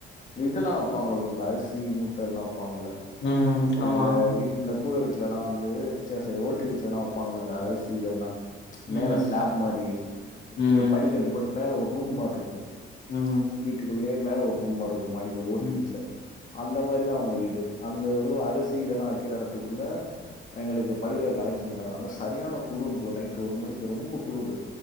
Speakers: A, on the left; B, on the left.
A: இந்த இதெல்லா வைப்பாங்கல ப்ரோ இந்த அரிசி மூட்ட இதெல்லா வைப்பாங்கல்ல
B: ம் ஆமா
A: மேல வீட்டு இந்த கூர வீட்லலா வந்து சேரி சேரி ஓட்டு வீட்லலா வப்பாங்கள இந்த அரிசி இதெல்லா
B: ம்
A: மேல ஸ்லாப் மாரி
B: ம் ம்
A: ஏ படிக்கட்டு போட்டு மேல ஒரு ரூம் மார்ருக்கு
B: ம்
A: வீட்டுக்குள்ளே மேல ஒரு ரூம் மார் இருக்கு மாடி மாரி ஓட்டு
B: ம்
A: வீட்ல அந்த மாரிதா அவங்க வீடு அந்த ரூ அரிசி இதெல்லா வக்கற எடத்துக்குள்ள எங்களுக்கு படுக்குறக்கு அரேஞ்ச் பண்ட்டாங்க அங்க சரியான குளூரு ப்ரோ நைட் ஒரு மணிக்கு ரொம்ப குளூரு